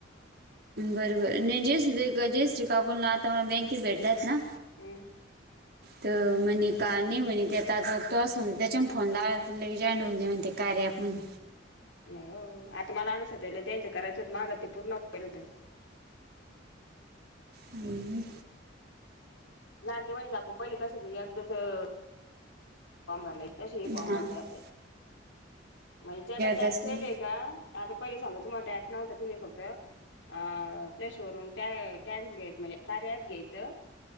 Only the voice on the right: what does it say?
बर बर नाही जेस जयश्री काकू नं आता मला बँकेत भेटल्यात ना
तर म्हणे का नाही म्हणे ते तो म्हण त्याच्यान फोन लावला लगे जॉईन म्हणते कार्या अँप
हम्म
हां
दर्शन